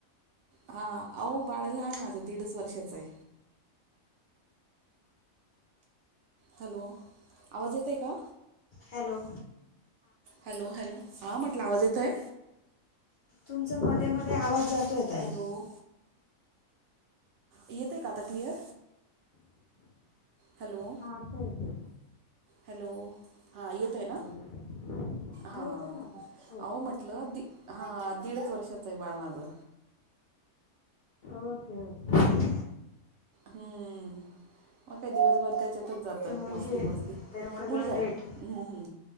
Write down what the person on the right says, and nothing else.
हा अहो बाळ लाहान आहे माझं दीडच वर्षाच आहे. हॅलो आवाज येत आहे का?
हॅलो हॅलो हां म्हटलं आ वावाज येत आहे.
हॅलो येते का आता क्लिअर हॅलो
हॅलो हां येतोय ना
हां
अहो म्हटलं दि हा दीडच वर्षाचं आहे बाळ माझं
हम्म मग काय दिवसभर त्याच्यात जात
मस्ती
मस्ती
मुलगा आहे्
ह ह